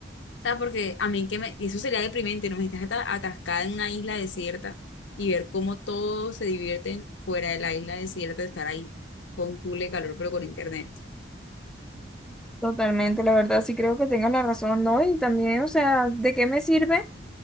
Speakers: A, on the left (about 80°); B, in the centre.
A: sea, porque a mí que me, y eso sería deprimente, ¿no? Me estás ata- atascada en una isla desierta y ver cómo todos se divierten fuera de la isla desierta, estar ahí con cool de calor, pero con internet.
B: Totalmente, la verdad sí creo que tengas la razón, ¿no? Y también, o sea, ¿de qué me sirve?